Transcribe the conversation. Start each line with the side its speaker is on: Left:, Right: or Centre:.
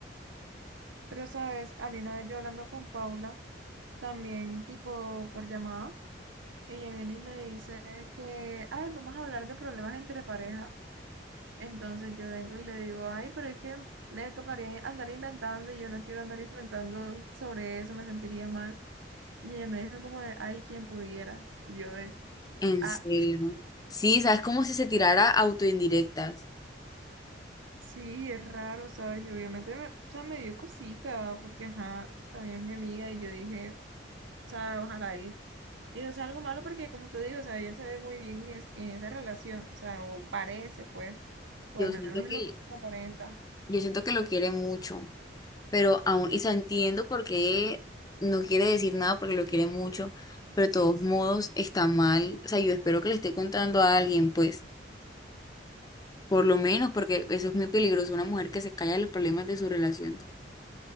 Right: Pero sabes, a mí una vez yo hablando con Paula, también tipo por llamada, ella viene y me dice que, ay, vamos a hablar de problemas entre parejas. Entonces yo vengo y le digo, ay, pero es que me tocaría andar inventando y yo no quiero andar inventando sobre eso, me sentiría mal. Y ella me dijo como de, ay, quien pudiera. Y yo de,
Left: En
Right: ah,
Left: serio. Sí, sabes como si se tirara autoindirectas.
Right: sí, es raro, ¿sabes? Y obviamente me, o sea, me dio cosita, porque ajá, también es mi amiga y yo dije, o sea, ojalá ir. Y no sea algo malo porque, como te digo, o sea, ella se ve muy bien en, es- en esa relación, o sea, o parece, pues, o
Left: Yo
Right: al menos
Left: siento
Right: es
Left: que,
Right: lo que aparenta.
Left: yo siento que lo quiere mucho, pero aún, y se entiendo por qué no quiere decir nada porque lo quiere mucho, pero de todos modos está mal. O sea, yo espero que le esté contando a alguien, pues, por lo menos, porque eso es muy peligroso, una mujer que se calla los problemas de su relación.